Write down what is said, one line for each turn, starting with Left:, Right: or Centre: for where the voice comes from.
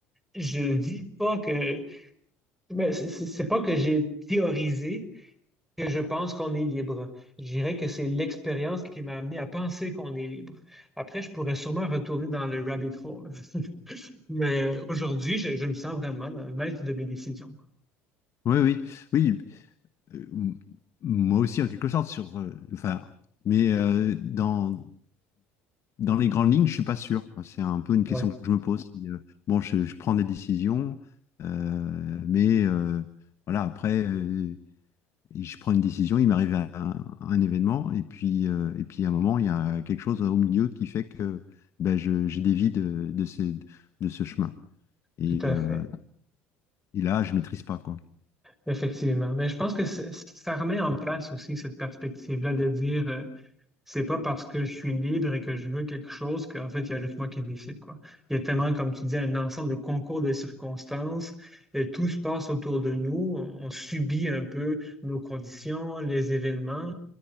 Centre: Je dis pas que, mais c'est c'est- c'est pas que j'ai théorisé que je pense qu'on est libre. Je dirais que c'est l'expérience qui m'a amené à penser qu'on est libre. Après, je pourrais sûrement retourner dans le rabbit hole. <laughs> Mais aujourd'hui, je, je me sens vraiment le maître de mes décisions.
Left: Oui, oui, oui. Euh, m- moi aussi, en quelque sorte, sur, euh, enfin, mais euh, dans, dans les grandes lignes, je suis pas sûr, quoi. C'est un peu une question
Centre: Oui,
Left: que je me pose. Si, euh, bon, je, je prends des décisions, euh, mais euh, voilà, après, euh, je prends une décision, il m'arrive un, un événement, et puis, euh, et puis à un moment, il y a quelque chose au milieu qui fait que ben, je, je dévie de, de ces- de ce chemin. Et,
Centre: tout à
Left: euh,
Centre: fait.
Left: et là, je maîtrise pas, quoi.
Centre: Effectivement. Mais je pense que c'est- ça remet en place aussi cette perspective-là de dire euh, c'est pas parce que je suis libre et que je veux quelque chose qu'en fait, il y a juste moi qui décide, quoi. Il y a tellement, comme tu dis, un ensemble de concours de circonstances et tout se passe autour de nous. On, on subit un peu nos conditions, les événements,